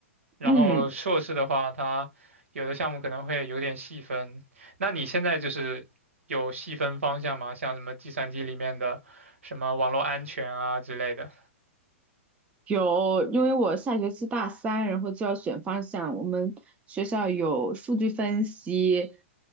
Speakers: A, on the right (about 70°); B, on the right (about 20°).
A: 然后硕士的话，
B: 嗯，
A: 它有的项目可能会有点细分。那你现在就是有细分方向吗？像什么计算机里面的什么网络安全啊之类的。
B: 有，因为我下学期大三，然后就要选方向。我们学校有数据分析，